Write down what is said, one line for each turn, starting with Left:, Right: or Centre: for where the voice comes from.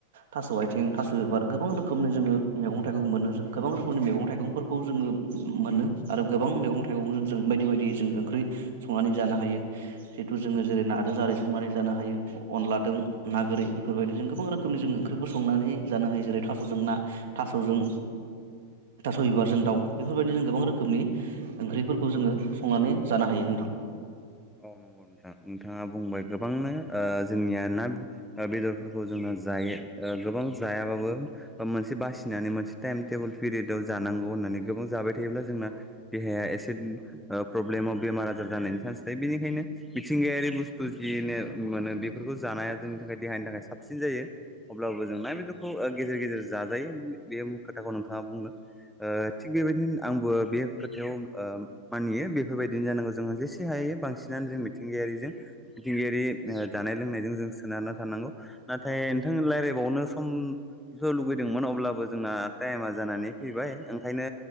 Right: थास' आथिं थिं थास' बिबार गोबां रोखोमनि जोङो मैगं थाइगं मोनो जों गोबां रोखोमनि मैगं थाइगंफोरखौ जोङो मोनो आरो गोबां मैगं थाइगंजों जों बायदि बायदि जों ओंख्रि संनानै जानो हायो जिहेतु जोङो जेरै नार जारि स संनानै जानो हायो अनलादों नागोरि बेफोरबायदि जोंबां रोखोमनि जों ओंख्रि सं संनानै जानो हायो जेरै थास'जों ना थास'जों थास' बिबारजों दाउ बेफोरबायदि जों गोबां रोखोमनि ओंख्रिफोरखौ जोङो संनानै जानो हायो नोंथां।
Centre: औ नंगौ नोंथां नोंथाङा बुंबाय गोबांनो ओ जोंनिया ना ना बेदर फोरफोरखौ जोंनो जायो ओ गोबां जायाबाबो बा मोनसे बासिनानै मोनसे टाइम टेबोल पिरियदआव जानांगौ होननानै गोबां जाबाय थायोब्ला जोंना देहाया एसे ओ प्रब्लेमाव बेमार आजार जानायनि चान्स बिनिखायनो मिथिंगायारि बुस्थु जिनो मोनो बेफोरखौ जानाया जोंनि थाखाय देहानि थाखाय साबसिन जायो अब्लाबो जों ना बेदरखौ गेजेर गेजेर जाजायो बे खोथाखौ नोंथाङा बुंनो ओ थिग बेबायदिनो आंबो बे खोथायाव ओ मानियो बेफोरबायदिनो जानांगौ जोङो जेसे से हायो बांसिनानो जों मिथिंगायारिजों मिथिंगायारि ओ जानाय लोंनायजों जों सोनारना थानांगौ नाथाय नोंथां रायलायबावनो समथ' लुगैदोंमोन अब्लाबो जोंना टाइमा जानानै फैबाय ओंखायनो